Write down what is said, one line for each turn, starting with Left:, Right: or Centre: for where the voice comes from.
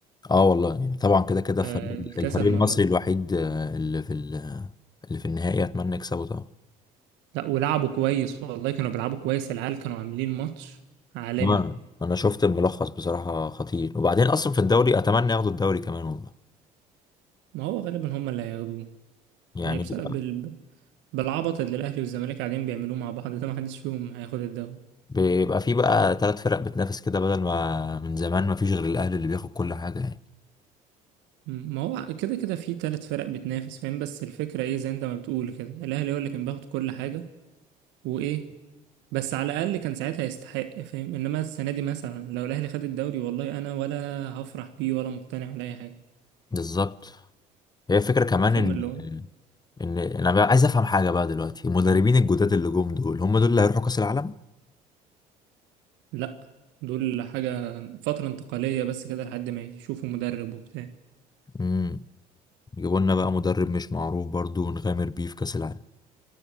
Left: اه والله يعني طبعا كده كده الفريق
Right: آه، الكاس
Left: الفريق
Right: المرة
Left: المصري
Right: دي
Left: الوحيد آه، اللي في ال- اللي في النهائي اتمنى يكسبه طبعا
Right: لا ولعبوا كويس والله كانوا بيلعبوا كويس العيال كانوا عاملين ماتش عالمي
Left: آه، انا شفت الملخص بصراحه خطير وبعدين اصلا في الدوري اتمنى ياخدوا الدوري كمان والله
Right: ما هو غالبا هما اللي هياخدوه
Left: يعني
Right: يعني بسبب
Left: بيبقى
Right: ال... بالعبط اللي الأهلي والزمالك قاعدين بيعملوه مع بعض ده محدش فيهم هياخد الدوري
Left: بيبقى في بقى ثلاث فرق بتنافس كده بدل ما من زمان ما فيش غير الاهلي اللي بياخد كل حاجه يعني
Right: م- ما هو كده كده في ثلاث فرق بتنافس فاهم بس الفكرة ايه زي انت ما بتقول كده الأهلي هو اللي كان بياخد كل حاجة وإيه بس على الأقل كان ساعتها يستحق فاهم إنما السنة دي مثلا لو الأهلي خد الدوري والله أنا ولا هفرح بيه ولا مقتنع ولا أي حاجة
Left: بالظبط هي فكرة كمان
Right: فاهم
Left: ان
Right: اللي هو
Left: ان انا بقى عايز افهم حاجة بقى دلوقتي المدربين الجداد اللي جم دول هم دول اللي هيروحوا كأس العالم
Right: لأ دول حاجة فترة انتقالية بس كده لحد ما يشوفوا مدرب وبتاع
Left: امم يجيبوا لنا بقى مدرب مش معروف برضو ونغامر بيه في كأس العالم